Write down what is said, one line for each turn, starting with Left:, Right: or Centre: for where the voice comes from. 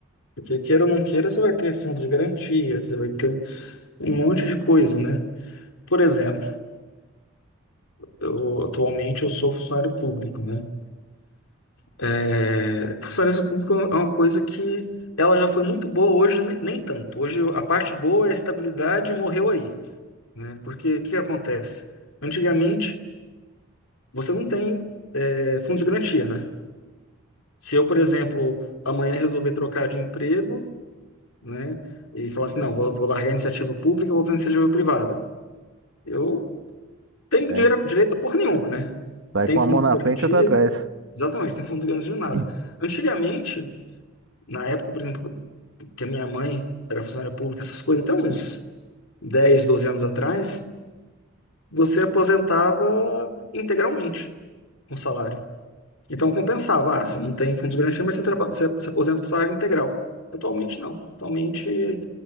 Left: Porque queira ou não queira, você vai ter fundo de garantia, você vai ter um monte de coisa, né? Por exemplo, eu atualmente eu sou funcionário público, né? É, funcionário público é uma coisa que ela já foi muito boa, hoje ne- nem tanto. Hoje a parte boa é a estabilidade morreu aí. né? Porque o que acontece? Antigamente, você não tem é, fundo de garantia, né? Se eu, por exemplo, amanhã resolver trocar de emprego, né, e falar assim, não, vou, vou largar a iniciativa pública, vou para a iniciativa privada, eu tenho
Right: É,
Left: dinheiro, direito a porra nenhuma, né?
Right: vai
Left: Tem
Right: com
Left: fundo
Right: a mão
Left: de
Right: na
Left: garantia,
Right: frente e outra atrás.
Left: exatamente, tem fundo de garantia
Right: <clears throat>
Left: de nada. Antigamente, na época, por exemplo, que a minha mãe era funcionária pública, essas coisas, até uns 10 12 anos atrás, você aposentava integralmente com salário. Então compensava, ah, você não tem fundos de garantia, mas você, traba- você, você aposenta com salário integral. Atualmente não. Atualmente